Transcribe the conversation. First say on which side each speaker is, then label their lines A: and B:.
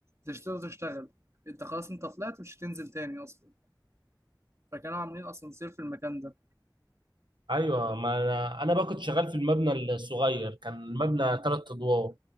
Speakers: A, on the right; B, on the right.
A: مش هتقدر تشتغل انت خلاص انت طلعت مش هتنزل تاني اصلا فكانوا عاملين اسانسير في المكان ده
B: ايوه ما انا انا بقى كنت شغال في المبنى الصغير كان المبنى ثلاث ادوار